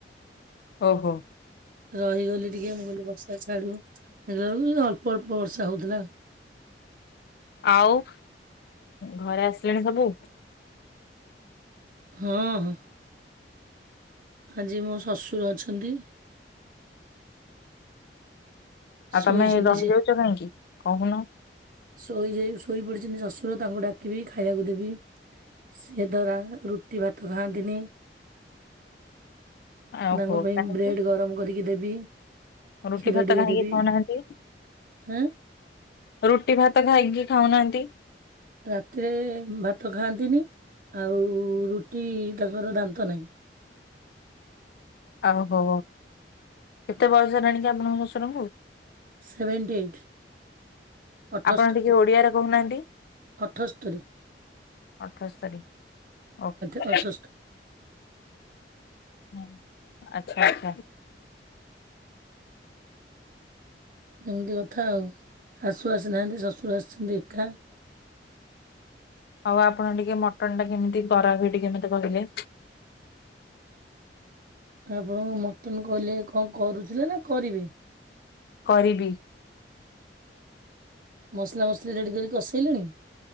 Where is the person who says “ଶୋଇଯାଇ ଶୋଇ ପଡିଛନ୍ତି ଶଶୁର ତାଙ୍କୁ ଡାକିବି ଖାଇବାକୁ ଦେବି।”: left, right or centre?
Right